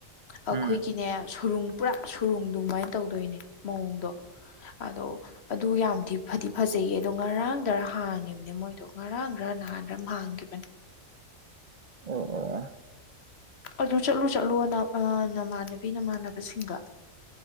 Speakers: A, on the left (about 55°); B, on the right (about 80°).
A: ꯑꯩꯈꯣꯏꯒꯤꯅꯦ
B: ꯎꯝ
A: ꯁꯨꯔꯨꯡ ꯄꯨꯔꯥ ꯁꯨꯔꯨꯡꯗꯨꯃꯥꯏꯅ ꯇꯧꯗꯣꯏꯅꯦ ꯃꯑꯣꯡꯗꯣ ꯑꯗꯣ ꯑꯗꯨ ꯌꯥꯝꯗꯤ ꯐꯗꯤ ꯐꯖꯩꯌꯦ ꯑꯗꯣ ꯉꯔꯥꯡꯗꯔ ꯍꯥꯡꯉꯤꯕ ꯃꯣꯏꯗꯣ ꯉꯔꯥꯡꯔ ꯅꯍꯥꯟꯔ ꯍꯥꯡꯈꯤꯕꯅꯤ
B: ꯑꯣ ꯑꯣ
A: ꯑꯗꯨ ꯆꯠꯂꯨ ꯆꯠꯂꯣ ꯅ ꯅꯃꯥꯟꯅꯕꯤ ꯅꯃꯥꯟꯅꯕꯁꯤꯡꯒ